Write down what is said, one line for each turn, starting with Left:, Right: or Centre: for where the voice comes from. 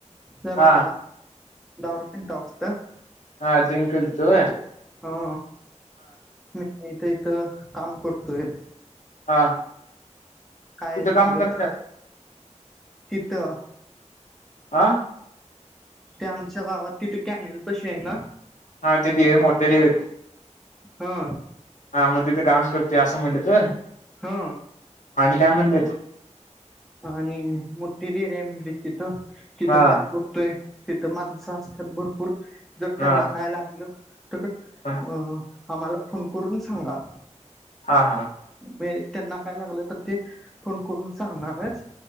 Centre: जरा..
Left: हा
Centre: दारू पिलता वाटतं?
Left: हा ड्रिंक करतोय
Centre: हा... मी इथं इथं काम करतोय.
Left: हा
Centre: काय
Left: कुठं
Centre: लागलं
Left: काम करत्यात
Centre: तर तिथं,
Left: हा
Centre: ते आमच्या गावात तिथं कॅनल पशी ए ना
Left: हा ते देव मोठे देव ए
Centre: हा
Left: मग तिथं काम करतोय असं म्हटलंत व्हय?
Centre: हा
Left: का म्हटलीत?
Centre: आणि मोठी डेरी आहे म्हणजे तिथं, तिथं
Left: हा
Centre: काम करतोय तिथं माणसं असतात भरपूर, जर
Left: हा
Centre: त्यांना काय लागलं तर...
Left: हा हा
Centre: अ आम्हाला फोन करून सांगा.
Left: हा हा
Centre: म्हणजे त्यांना काय लागलं तर ते फोन करून सांगणारच